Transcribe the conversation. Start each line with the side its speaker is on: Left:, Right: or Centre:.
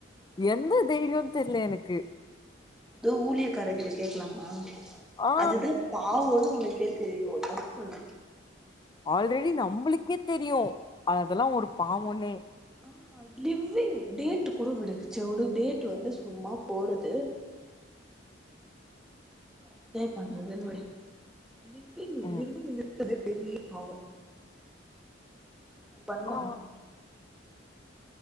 Left: எந்த தைரியோ தெர்ல எனக்கு
Centre: அதூ ஊழிய காரர்கிட்ட கேக்கலாம்மா
Left: ஆ
Centre: அதுதா பாவன்னூ ஒனக் கோ தெரீயூ தப்புண்ணூ
Left: ஆல்ரெடி நம்புளுக்கே தெரியூ அதல்லா ஒரு பாவன்னே
Centre: அ லிவ்விங் டேட்டு கூட விடு சேர் உடு டேட்டு வந்து சும்மா போறது என்ஜாய் பண்றதுன் விடு லிவ்விங்
Left: ம்
Centre: லிவ்விங் இருக் கிறதே பெரியப் பாவோ அத பண்லாமா
Left: ஆ